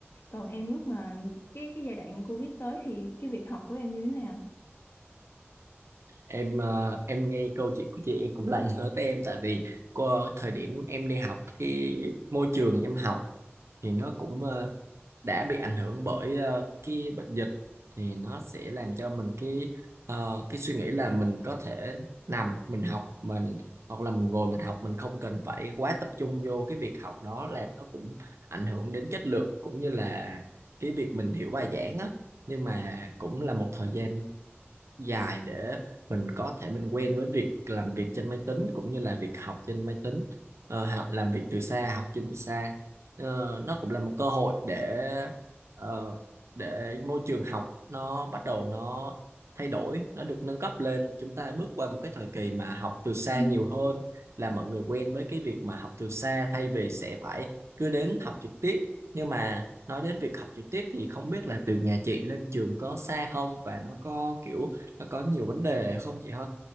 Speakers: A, on the left (about 65°); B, on the right (about 90°).
A: còn em lúc mà cái cái giai đoạn Covid tới thì cái việc học của em như thế nào
B: em ờ, em nghe câu chuyện của chị em cũng lại nhớ tới em tại vì cô, thời điểm em đi học cái môi trường em học thì nó cũng ờ, đã bị ảnh hưởng bởi ờ, cái bệnh dịch thì nó sẽ làm cho mình cái ờ, cái suy nghĩ là mình có thể nằm mình học mình hoặc là mình ngồi mình học mình không cần phải quá tập trung vô cái việc học đó là nó cũng ảnh hưởng đến chất lượng cũng như là cái việc mình hiểu bài giảng á nhưng mà cũng là một thời gian dài để mình có thể mình quen với việc làm việc trên máy tính cũng như là việc học trên máy tính Ờ, ha- làm việc từ xa học trên từ xa Ờ, nó cũng là một cơ hội để ờ, để môi trường học nó bắt đầu nó thay đổi nó được nâng cấp lên chúng ta bước qua một cái thời kỳ mà học từ xa
A: ừ.
B: nhiều hơn là mọi người quen với cái việc mà học từ xa thay vì sẽ phải cứ đến học trực tiếp nhưng mà nói đến việc học trực tiếp thì không biết là từ nhà chị lên trường có xa không và nó có kiểu nó có nhiều vấn đề không chị hả?